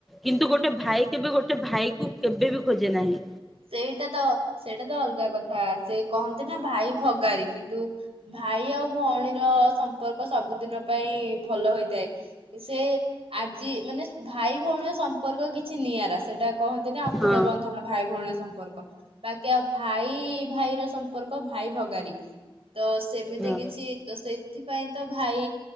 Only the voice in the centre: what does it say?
କିନ୍ତୁ ଗୋଟେ ଭାଇ କେବେ ଗୋଟେ ଭାଇକୁ କେବେବି ଖୋଜେ ନାହିଁ।
ହଁ
ହଁ